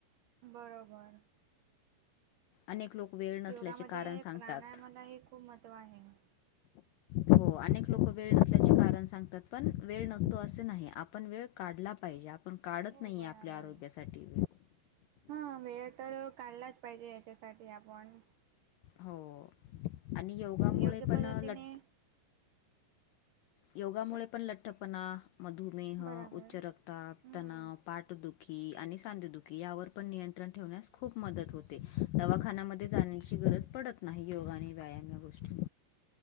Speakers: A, on the right; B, on the left.
A: बरोबर.
B: अनेक लोक वेळ. नसल्याचे
A: योगामध्ये
B: कारण सांगतात
A: प्राणायामालाही खूप महत्त्व आहे. <inaudible>
B: हो अनेक लोक वेळ नसल्याचे कारण सांगतात पण वेळ नसतो असे नाही आपण वेळ काढला पाहिजे. पण काढत
A: हो
B: नाहीे
A: बराबर
B: आपल्या आरोग्यासाठी.
A: हा वेळ तर काढलाच पाहिजे याच्यासाठी आपण.
B: हो आणि योगामुळे
A: योग्य
B: पण
A: पद्धतीने
B: लट. योगामुळे
A: श
B: पण लठ्ठपणा, मधुमेह,
A: बराबर
B: उच्च रक्ताब,
A: हम्म
B: तणाव. पाठदुखी आणि सांदुखी यावर पण नियंत्रण ठेवण्यास खूप मदत होते दवाखान्यामध्ये जा अशी गरज पडत नाही योगा आणि व्यायाम या गोष्टी.